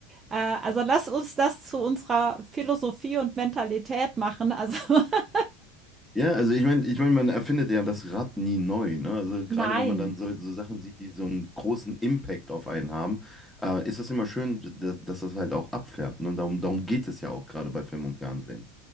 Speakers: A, on the right; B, in the centre.
A: äh also, lass uns das zu unserer Philosophie und Mentalität machen.“ Also, <laughs>
B: Ja, also ich meine, ich meine, man erfindet ja das Rad nie neu, ne? Also gerade
A: nein.
B: wenn man dann so, so Sachen sieht, die so einen großen Impact auf einen haben, äh, ist das immer schön, dass, dass das halt auch abfärbt, ne? Darum, darum geht es ja auch gerade bei Film und Fernsehen.